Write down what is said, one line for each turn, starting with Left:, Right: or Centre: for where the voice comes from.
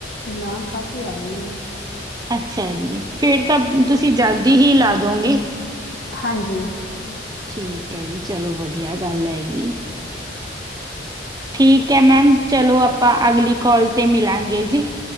Left: ਨਾ, ਕਾਫੀ ਆ ਰਹੇ ਨੇ ਜੀ।
Right: ਅੱਛਾ ਜੀ, ਫਿਰ ਤਾਂ ਤੁਸੀਂ ਜਲਦੀ ਹੀ ਲਾ ਦੋਗੇ।
Left: ਹਾਂਜੀ।
Right: ਠੀਕ ਹੈ ਜੀ, ਚਲੋ ਵਧੀਆ ਗੱਲ ਹੈਗੀ। ਠੀਕ ਹੈ ਮੈਮ। ਚਲੋ, ਆਪਾਂ ਅਗਲੀ ਕੋਾਲ 'ਤੇ ਮਿਲਾਂਗੇ ਜੀ।